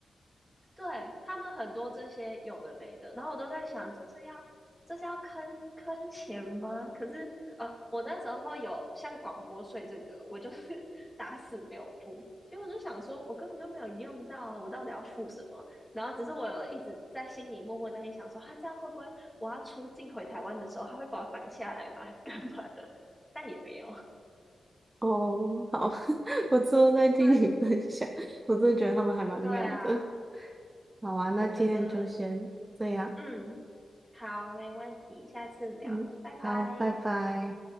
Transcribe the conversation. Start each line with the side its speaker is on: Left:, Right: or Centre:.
Centre: 对，他们很多这些有的没的，然后我都在想，这是要这是要坑坑钱吗？可是呃，我那时候有像广播税这个，我就是 <laughs> 打死没有付，因为我就想说，我根本就没有用到啊，我到底要付什么？然后只是我有一直在心里默默担心，想说，他、这样会不会我要出境回台湾的时候，他会把我挡下来吗？还是干嘛的？<laughs> 但也没有。<laughs>
Right: 哦，好，<laughs> 我之后再听你分享。
Centre: 对
Right: 我真的觉得他们还蛮妙的。
Centre: 对啊，
Right: 好啊，那今天就先这样。
Centre: 我觉得，嗯。好，没问题，下次聊，
Right: 嗯，
Centre: 拜拜。
Right: 好，拜拜。